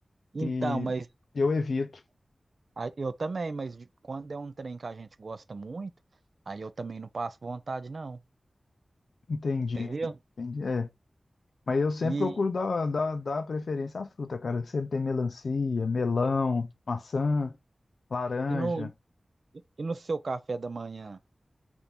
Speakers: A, on the right (about 60°); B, on the left (about 75°).
A: Então,
B: e
A: mas
B: eu evito.
A: a- eu também, mas de- quando é um trem que a gente gosta muito, aí eu também não passo vontade, não,
B: Entendi,
A: entendeu?
B: entendi. É, mas eu sempre
A: E,
B: procuro dar, dar, dar preferência à fruta, cara. Sempre tem melancia, melão, maçã, laranja.
A: e, no, e no seu café da manhã?